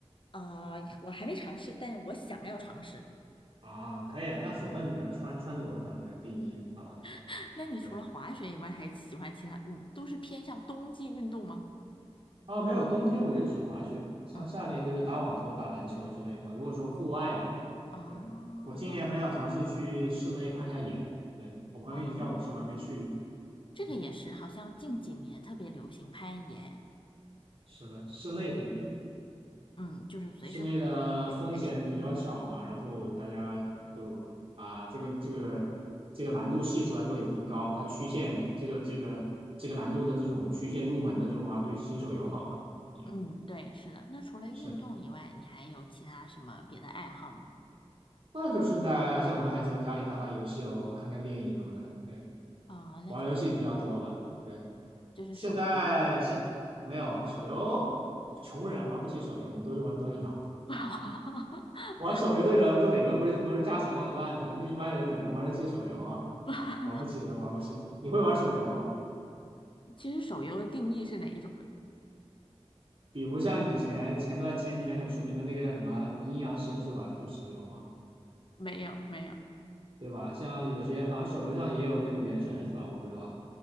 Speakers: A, on the left; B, on the right.
A: 呃，我还没尝试，但是我想要尝试。
B: 啊，可以，那符合你的穿穿着上的定义，好吧？
A: <laughs> 那你除了滑雪以外，
B: 对。
A: 还喜欢其他？你都是偏向冬季运动吗？
B: 哦，没有，冬天我就只滑雪，像夏天就是打网球、
A: 嗯，
B: 打篮球之类的吧。如果说户外的话，
A: 哦，
B: 对，我今年很想尝试去室内攀一下岩。
A: 那
B: 对，我朋友一直叫我去，
A: 哦，
B: 我还没去。
A: 这个也是，
B: 对，
A: 好像近几年特别流行攀岩，
B: 是的，室内的那种，
A: 嗯，就是随时随地都可以开始。
B: 室内的风险比较小嘛，然后大家就啊，这个这个这个难度系数来说也不高，它曲线这个这个这个难度的这种曲线入门的这种话，对新手友好吧。嗯，
A: 嗯，对，是的。那除了运动以外，
B: 是。
A: 你还有其他什么别的爱好吗？
B: 那就是在像男孩子一样家里打打游戏喽，看看电影什么的。对，
A: 啊、那就是
B: 玩游戏比较多吧。对，
A: 就是手游吗？
B: 现在现没有手游，穷人玩不起手游，我们都是玩端游。
A: <laughs>
B: 玩手游的人不哪个不是不是家财万贯的？那一般人哪能玩得起手游啊？
A: 不好，
B: 玩不起的，玩不起的。你会玩手游吗？
A: 其实手游的定义是哪一种啊？
B: 比如像以前前段前几年很出名的那个叫什么什么阴阳师是吧？就手游嘛，
A: 没有，没有，
B: 对吧？像有些好像手游上也有那个原神是吧？我不知道，